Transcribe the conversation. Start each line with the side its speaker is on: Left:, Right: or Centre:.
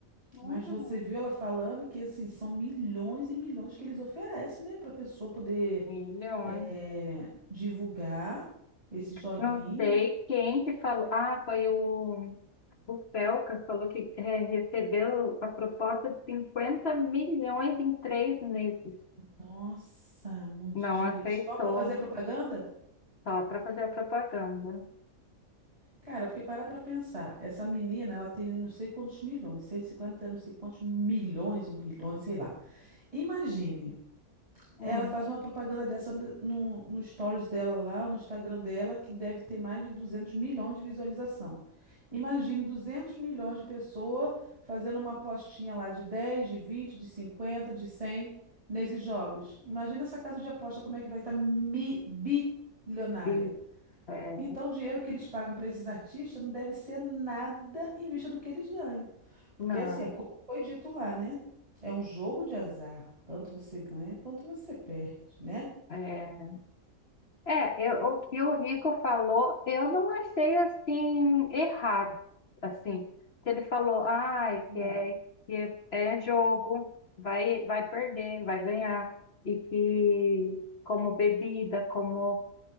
Left: hum,
Right: Mas você viu ela falando que assim são milhões e milhões que eles oferecem, né, para pessoa poder
Left: Milhões.
Right: eh, divulgar esses joguinhos.
Left: Não sei quem que falou. Ah, foi o. O Felca falou que é, recebeu a proposta de 50 milhões em três meses.
Right: Nossa, muito
Left: Não
Right: dinheiro.
Left: aceitou,
Right: Só para fazer propaganda?
Left: só para fazer a propaganda.
Right: Cara, porque parar pra pensar, essa menina, ela tem não sei quantos milhões, 150 não sei quantos milhões ou bilhões, sei lá. Imagine, ela
Left: Hum,
Right: faz uma propaganda dessa no, no no stories dela lá, no Instagram dela, que deve ter mais de 200 milhões de visualização. Imagine 200 milhões de pessoas fazendo uma apostinha lá de 10, de 20, de 50, de 100 nesses jogos. Imagina essa casa de aposta como é que vai estar bilionária.
Left: e, é,
Right: Então, o dinheiro que eles pagam para esses artistas não deve ser nada em vista do que eles ganham. Porque,
Left: não.
Right: assim, é como foi dito lá, né? É um jogo de azar. Tanto você ganha quanto você perde, né?
Left: É, é eu- o que o Rico falou, eu não achei assim errado. Assim, que ele falou, ai,
Right: Hum.
Left: que é, que é é jogo, vai, vai perder, vai ganhar. E que como bebida, como